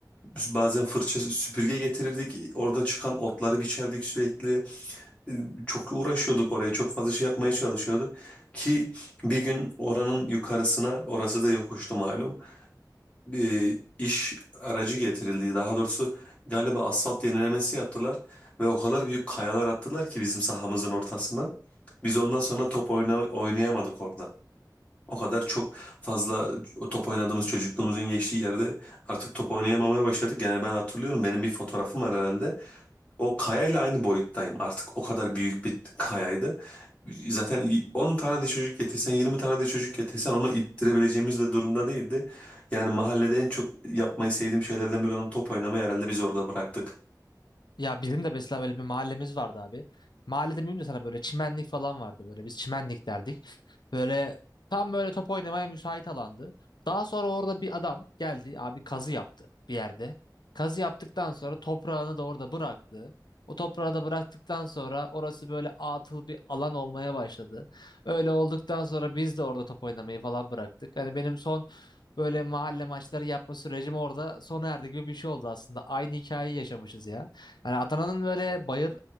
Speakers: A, on the left; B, on the left.
A: Biz bazen fırça süpürge getirirdik. Orada çıkan otları biçerdik sürekli. Ee, Çok uğraşıyorduk oraya. Çok fazla şey yapmaya çalışıyorduk. Ki bir gün oranın yukarısına, orası da yokuştu malum bir iş aracı getirildi. Daha doğrusu galiba asfalt yenilemesi yaptılar ve o kadar büyük kayalar attılar ki bizim sahamızın ortasına. Biz ondan sonra top oyna, oynayamadık orada. O kadar çok fazla o top oynadığımız çocukluğumuzun geçtiği yerde artık top oynayamamaya başladık. Yani ben hatırlıyorum benim bir fotoğrafım var herhalde. O kayayla aynı boyuttayım artık. O kadar büyük bir kayaydı. Zaten y- 10 tane de çocuk getirsen, 20 tane de çocuk getirsen onu ittirebileceğimiz de durumda değildi. Yani mahallede en çok yapmayı sevdiğim şeylerden biri olan top oynamayı herhalde biz orada bıraktık.
B: Ya bizim de mesela öyle bir mahallemiz vardı abi. Mahallede miyim de sana böyle çimenlik falan vardı böyle. Biz çimenlik derdik. Böyle tam böyle top oynamaya müsait alandı. Daha sonra orada bir adam geldi abi kazı yaptı bir yerde. Kazı yaptıktan sonra toprağını da orada bıraktı. O toprağı da bıraktıktan sonra orası böyle atıl bir alan olmaya başladı. Öyle olduktan sonra biz de orada top oynamayı falan bıraktık. Hani benim son böyle mahalle maçları yapma sürecim orada sona erdi gibi bir şey oldu aslında. Aynı hikayeyi yaşamışız ya. Yani Adana'nın böyle bayır